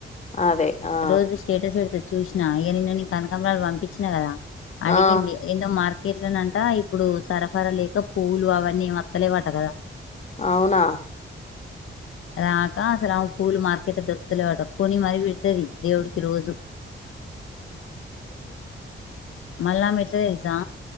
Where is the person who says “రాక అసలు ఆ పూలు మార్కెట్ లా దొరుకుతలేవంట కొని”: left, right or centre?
Left